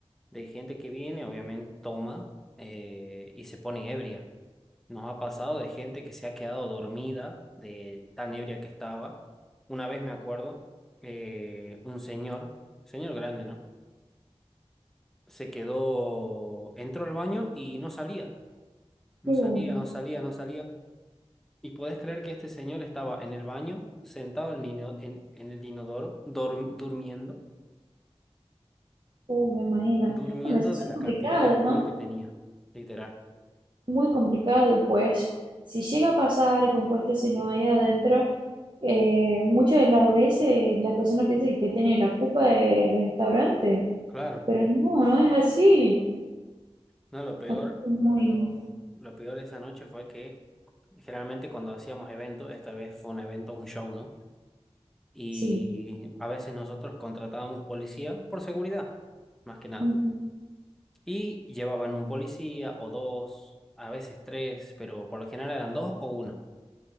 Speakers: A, in the centre; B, on the right.
A: de gente que viene, obviamente toma eh, y se pone ebria. Nos ha pasado de gente que se ha quedado dormida de tan ebria que estaba. Una vez me acuerdo, eh, un señor, señor grande, ¿no? Se quedó, entró al baño y no salía, no
B: Sí.
A: salía, no salía, no salía. Y podés creer que este señor estaba en el baño, sentado en, el ino- en, en el inodoro, dorm- durmiendo,
B: Uh, me imagino.
A: durmiendo
B: Bueno, eso es
A: de la
B: complicado,
A: cantidad de alcohol
B: ¿no?
A: que tenía, literal.
B: Muy complicado, pues si llega a pasar con que este señor ahí adentro, eh, muchas de las veces las personas piensan que tiene la culpa del restaurante,
A: Claro.
B: pero no, no es así.
A: No, lo peor,
B: Aquí es muy,
A: lo, lo peor de esa noche fue que generalmente cuando hacíamos eventos, esta vez fue un evento, un show, ¿no? Y,
B: sí.
A: y a veces nosotros contratábamos policía por seguridad, más que nada.
B: Ujú.
A: Y llevaban un policía o dos, a veces tres, pero por lo general eran dos o uno.